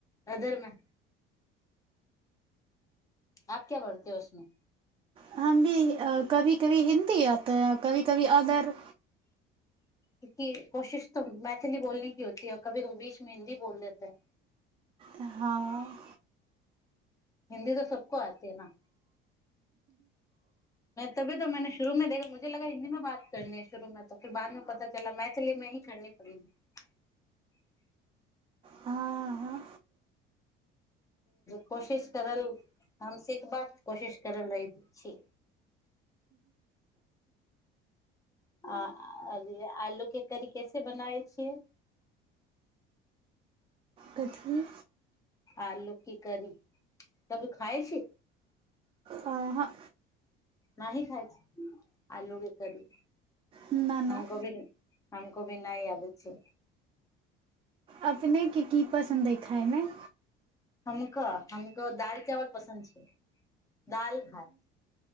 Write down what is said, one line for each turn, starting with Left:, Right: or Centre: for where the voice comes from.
Left: अदर में आप क्या बढ़ते हो उसमे।
Right: हम कभी कभी हिन्दी आत कभी कभी अदर।
Left: कि कोशिश तऽ मैथिली बोलने की होती है कभी कभ बीचमे हिन्दी बोल देत है।
Right: हँ
Left: हिन्दी त सबको आती है न तभी त मैने शुरू मे देखा मुझे लगा हिन्दी मे बात करनी है शुरू मे तो फिर बादमे पता चला मैथिली मे ही करनी परेगी।
Right: हँ हँ
Left: कोशिश करल हम सिख बात कोशिश करल रहि छी। आ आलू के करी कैसे बनावे छियै?
Right: कथी
Left: आलू की करी तभी खाइ छी?
Right: अहाँ
Left: नहि खााय छी, आलू के करी।
Right: ना ना
Left: हम कभी नहीं हमको भी नहि अबै छैय।
Right: अपनेके की पसन्द अइ खाइमे
Left: हमक हमको दालि चावल पसन्द छैय। दाल भात